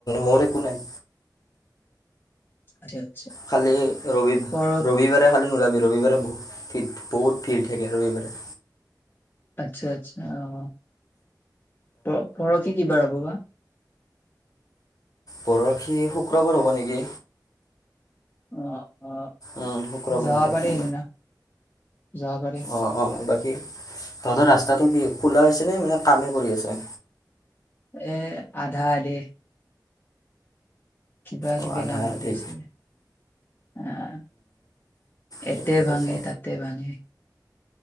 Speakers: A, on the left (about 60°); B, on the left (about 30°).
A: মোৰ একো নাই।
B: <inaudible>
A: খালি ৰবি,
B: পৰ
A: ৰবিবাৰে খালি নোলাবি, ৰবিবাৰে বহুত ভিৰ, বহুত ভিৰ থাকে ৰবিবাৰে।
B: আচ্ছা, আচ্ছা, অ, প পৰসি কিবাৰ হ'ব বা!
A: পৰসি শুক্ৰবাৰ হ'ব নেকি
B: অ অ
A: উম, শুক্ৰবাৰ
B: যাব
A: হ'ব।
B: পাৰি সেইদিনা যাব পাৰি।
A: অ', অ', বাকী তহঁতৰ ৰাস্তাটো কি খোলা হৈছেনে, মানে কামেই কৰি আছে?
B: এ, আধা আধি কিবা
A: অঁ
B: কিবি
A: আধা
B: কাম
A: আধি
B: কৰি আছে, অ'
A: ঠিকে
B: এতে ভাঙে,
A: আছে
B: তাতে ভাঙে।